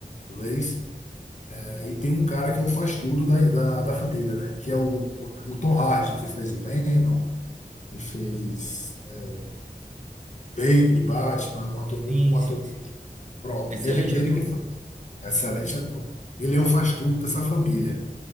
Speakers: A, on the left; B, on the right.
A: inglês. e tem um cara que é o faz tudo da, da, da família, né? Que é o, o Tom Hardy, que fez o Venom, que fez é, Bane de Batman, um ator,
B: Sim,
A: um ator-
B: sim, sim.
A: pronto.
B: Excelente
A: Ele,
B: ator.
A: ele que fa- é Excelente ator. Ele é o faz tudo dessa família.